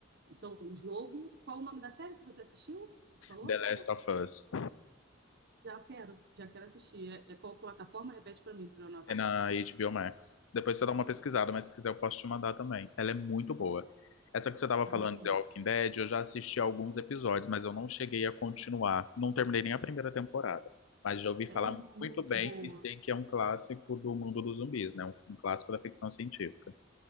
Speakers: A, on the right (about 55°); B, on the left (about 80°).
A: Então, o jogo. Qual o nome da série que você assistiu? Tu falou
B: The
A: agora?
B: Last of Us.
A: Já quero, já quero assistir. É, é qual plataforma? Repete para mim, para eu anotar.
B: É na HBO Max. Depois você dá uma pesquisada, mas se quiser eu posso te mandar também. Ela é muito boa. Essa que você estava
A: Ai,
B: falando,
A: mano.
B: The Walking Dead, eu já assisti alguns episódios, mas eu não cheguei a continuar. Não terminei nem a primeira temporada. Mas já ouvi
A: Ela
B: falar
A: é muito
B: muito bem
A: boa.
B: e sei que é um clássico do mundo dos zumbis, né? Um, um clássico da ficção científica.